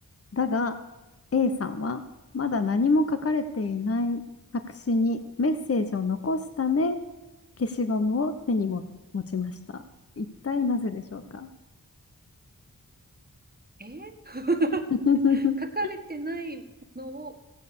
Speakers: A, on the left; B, on the right.
A: だが、A さんは、まだ何も書かれていない白紙にメッセージを残すため、消しゴムを手にも持ちました。一体なぜでしょうか
B: えー <laughs>
A: <laughs>
B: 書かれてないのを